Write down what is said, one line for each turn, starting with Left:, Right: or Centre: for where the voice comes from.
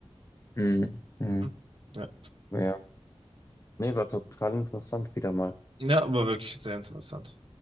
Left: Mhm. Mhm.
Right: Mhm. Ja.
Left: Ja. Nee, war total interessant wieder mal.
Right: Ja, aber wirklich sehr interessant.